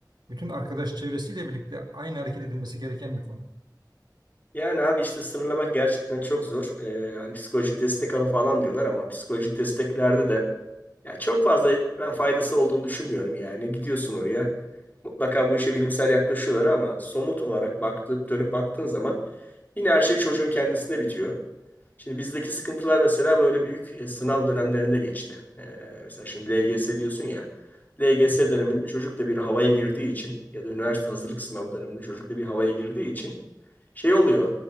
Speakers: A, on the right; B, on the left.
A: bütün arkadaş çevresiyle birlikte aynı hareket edilmesi gereken bir konu.
B: Yani abi işte sınırlamak gerçekten çok zor. Ee, hani psikolojik destek alın falan diyorlar ama psikolojik desteklerde de ya çok fazla ben faydası olduğunu düşünmüyorum yani. Gidiyorsun oraya. Mutlaka bu işe bilimsel yaklaşıyorlar ama somut olarak baktıp dönüp baktığın zaman yine her şey çocuğun kendisinde bitiyor. Şimdi bizdeki sıkıntılar mesela böyle büyük e, sınav dönemlerinde geçti. Ee, mesela şimdi LGS diyorsun ya. LGS
A: Eh,
B: döneminde çocuk da bir havaya girdiği için ya da üniversite hazırlık sınavı döneminde çocuk da bir havaya girdiği için şey oluyor.